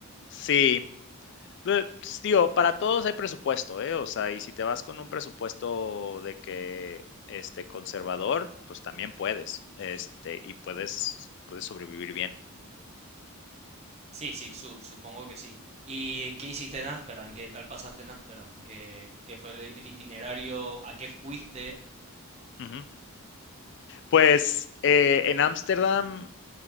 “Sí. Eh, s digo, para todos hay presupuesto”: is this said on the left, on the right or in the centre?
Left